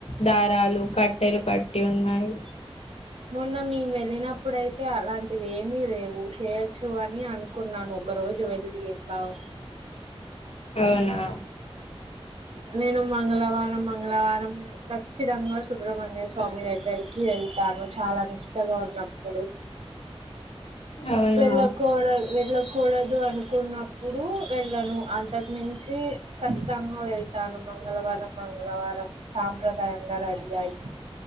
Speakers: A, on the left; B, on the right.
A: దారాలు కట్టెలు కట్టి ఉన్నాయి.
B: మొన్న మేము వెళ్ళినప్పుడయితే అలాంటివి ఏమీ లేవు చేయొచ్చు అని అను. కున్నాను ఒక రోజు వెళ్ళి ఎట్లా ఉన్.
A: అవునా.
B: నేను మంగళవారం మంగళవారం. ఖచ్చితంగా సుబ్ర్మణ్య స్వామి దగ్గరికి వెళ్తాను చాలా నిష్టగా ఉన్నప్పుడు.
A: అవునా
B: వెళ్ళ కోడల్ వెళ్ళ. కుడదు అనుకున్నప్పుడు వెళ్ళను అంతకు మించి. ఖచ్చితంగా వెళ్తాను మంగళవారం మంగళవారం సాంప్రదాయంగా రెడీ అయి.